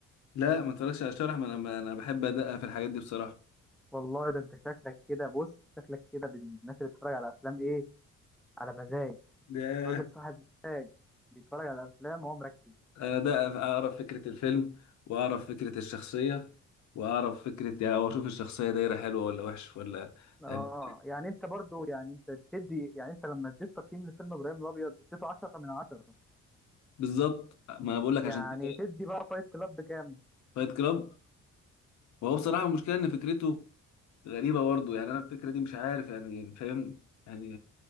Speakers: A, on the left (about 65°); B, in the centre.
A: لا ما اتفرجش على الشرح ما انا ما انا بحب ادقق في الحاجات دي بصراحه
B: والله ده انت شكلك كده بص شكلك كده من الناس اللي بتتفرج على افلام ايه على مزاج
A: ده
B: راجل صاحب بيتفرج على افلام وهو مركز
A: آه، ده اعرف فكرة الفيلم واعرف فكرة الشخصية واعرف فكرة يعني او اشوف الشخصية دايرة حلوة ولا وحش ولا
B: اه
A: يعني
B: يعني انت برضو يعني انت بتدي يعني انت لما اديت تقييم لفيلم ابراهيم الابيض اديته 10 من 10
A: بالظبط ما انا بقول لك
B: يعني
A: عشان كده
B: تدي بقى فايت كلاب بكام
A: فايت كلاب وهو بصراحة المشكلة ان فكرته غريبة برضه يعني انا الفكرة دي مش عارف يعني فاهم يعني